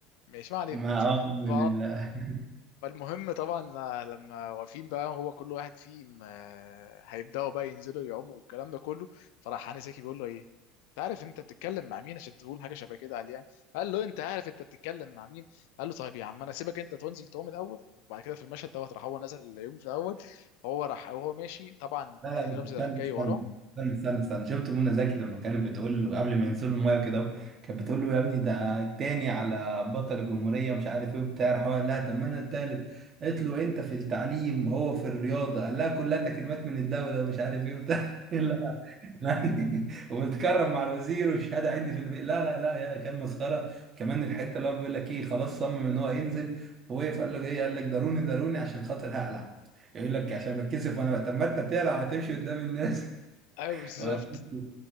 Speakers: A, on the left (about 65°); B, on the right (about 40°).
A: ماشي ما علينا
B: ما اه من
A: ف
B: ال <laughs>
A: فالمهم طبعا ل- لما واقفين بقى هو كل واحد فيهم آه، هيبداوا بقى ينزلوا يعوموا والكلام ده كله فراح هاني ساكي بيقول له ايه انت عارف انت بتتكلم مع مين عشان تقول حاجه شبه كده عليه يعني قال له انت عارف انت بتتكلم مع مين قال له طيب يا عم انا سيبك انت تنزل تعوم الاول وبعد كده في المشهد دوت راح هو نزل اليوم في الاول فهو راح وهو ماشي طبعا
B: لا
A: هاني
B: لا بس
A: رمزي
B: استنى
A: راح جاي
B: استنى
A: وراه
B: استنى استنى استنى شفت منى زكي لما كانت بتقول له قبل ما ينزلوا المايه كده كانت بتقول له يا ابني ده التاني على بطل الجمهورية مش عارف ايه وبتاع راح هو قال لها طب ما انا التالت قالت له انت في التعليم هو في الرياضة قال لها كلها تكريمات من الدولة مش عارف ايه وبتاع <laughs> <laughs> وبتكرم مع الوزير والشهاده عندي في البيت لا لا لا يا كان مسخره كمان الحته اللي هو بيقول لك ايه خلاص صمم ان هو هينزل ووقف قال له ايه قال لك ضروني ضروني عشان خاطر هقلع يقول لك عشان بتكسف وانا بق- طب ما انت تقلع وهتمشي قدام الناس <laughs>
A: ايوه بالظبط
B: وهتمشي.